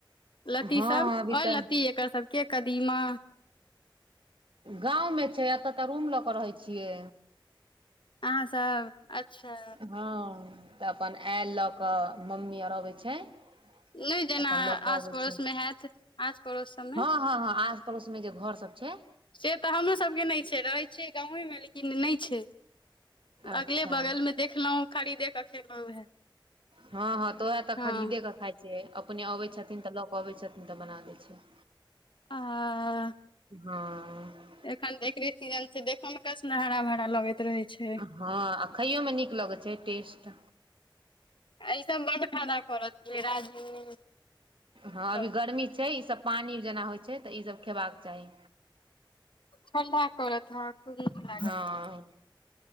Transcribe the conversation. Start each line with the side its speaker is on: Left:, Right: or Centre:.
Left: लत्ती
Right: हँ
Left: सब
Right: अभी
Left: अय
Right: तऽ
Left: लत्ती एकर सबके कदीमा
Right: गाँवमे छै एत तऽ रूम लऽ कऽ रहै छियै।
Left: अहाँ सब? अच्छा।
Right: हँ। तऽ अप्पन ऐल लऽ कऽ, मम्मी आओर अबै छै,
Left: नय
Right: तऽ
Left: जेना
Right: अपन लऽ कऽ
Left: आस
Right: अबै
Left: पड़ोसमे
Right: छै
Left: हैत, आस पड़ोस सबमे
Right: हँ- हँ- हँ आस पड़ोस मे जे घर सब छै।
Left: से तऽ हमरोसभके नय छै रहै छियै गांवेमे लेकिन नय छै।
Right: अच्छा
Left: अगले बगल में देखलहुं, खरीदे के खेलहुं।
Right: हँ- हँ तऽ उहैऽ तऽ
Left: हँ
Right: खरीदे के खाइ छियै अपने अबै छथ्- छथिन तऽ लऽ कऽ अबै छथिन तऽ बना दै छै।
Left: आ-
Right: हँ-
Left: एखन त एकरे सीजन छै। देख में कै सुन् हरा- भरा लगैत रहै छै।
Right: हँ आ खाइयो मे नीक लगैत छै टेस्ट
Left: आ ईसभ बड्ड फायदा करत। घेरा, झिंगुनी
Right: हँ अभी
Left: सब
Right: गर्मी छै ईसभ पानि जेना होइ छै तऽ ईसभ खेबाक चाही।
Left: ठण्डा करतऽ, हंं खूब नीक लागत।
Right: हँ